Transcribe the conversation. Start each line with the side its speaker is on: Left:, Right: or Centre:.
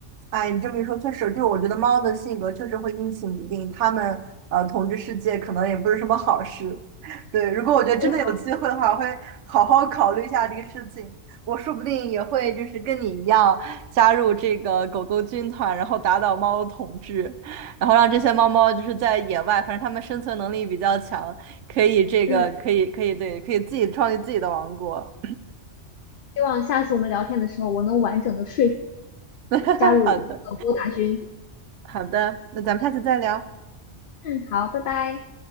Right: 哎，你这么一说，确实，就我觉得猫的性格确实会阴晴不定，它们呃统治世界可能也不是什么好事。对，如果我觉得真的有机会的话，
Left: 对啊，
Right: 我会好好考虑一下这个事情。我说不定也会就是跟你一样加入这个狗狗军团，然后打倒猫统治，然后让这些猫猫就是在野外，反正它们生存能力比较强，可以这个可以可以对，
Left: 嗯，
Right: 可以自己创立自己的王国。
Left: 希望下次我们聊天的时候，我能完整的说服
Right: <laughs>
Left: 加入狗狗大军。
Right: 好的，好的，那咱们下次再聊。
Left: 嗯，好，拜拜。